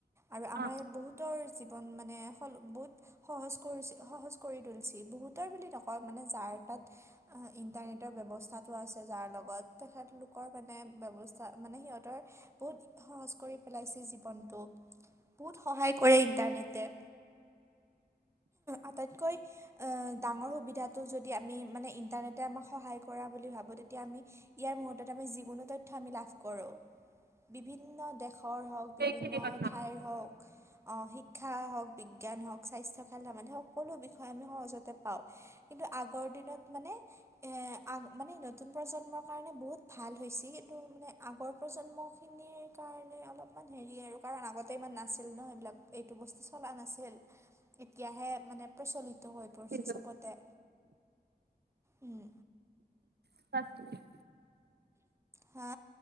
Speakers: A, on the right (about 15°); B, on the right (about 75°).
A: আৰু আমাৰ
B: অ
A: য়াত বহুত তৰ জীৱন মানে হল বহুত সহজ কৰি সহজ কৰি তুলিছে, বহুতৰ বুলি নকওঁ মানে যাৰ তাত ইণ্টাৰনেটৰ ব্যৱস্থাটো আছে যাৰ লগত, তেখেতলোকৰ মানে ব্যৱস্থা- মানে সিহঁতৰ বহুত সহজ কৰি পেলাইছে জীৱনটো। বহুত সহায় কৰে ইণ্টাৰনেটে। আটাইতকৈ ডাঙৰ সুবিধাটো যদি আমি মানে ইণ্টাৰনেটে আমাক সহায় কৰা বুলি ভাবো তেতিয়া আমি ইয়াৰ মুহুৰৰ্তত আমি যিকোনো তথ্য় আমি লাভ কৰো। বিভিন্ন দেশৰ হওঁক
B: সেইখিনি
A: বিভিন্ন
B: কথা
A: ঠাইৰ হওক অ', শিক্ষা হওক, বিজ্ঞান হওক স্বাস্থ্য, খেল ধেমালি হওক, সকলো বিষয়ে আমি সহজতে পাও। কিন্তু আগৰ দিনত মানে এ আগ- মানে নতুন প্ৰজন্মৰ কাৰণে বহুত ভাল হৈছে, কিন্তু মানে আগৰ প্ৰজন্মক খিনিৰ কাৰণে অলপমান হেৰি আৰু কাৰণ আগতে ইমান নাছিল ন এইবিলাক এইটো বস্তু চলা নাছিল। এতিয়াহে মানে প্ৰচলিত হৈ পৰিছে
B: হেল্ল'
A: ছবতে। উম।
B: <unintelligible>
A: হা?